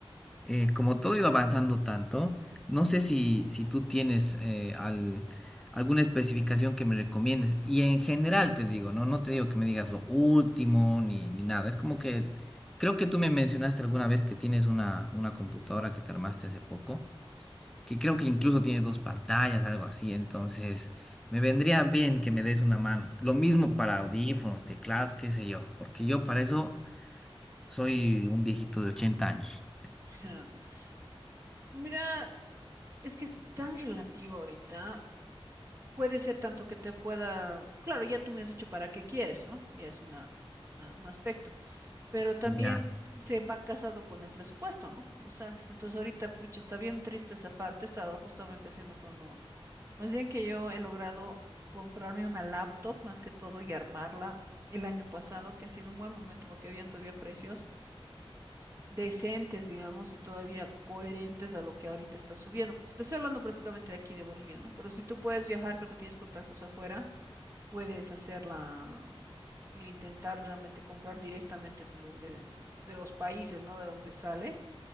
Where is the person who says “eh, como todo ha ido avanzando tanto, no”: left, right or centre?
Centre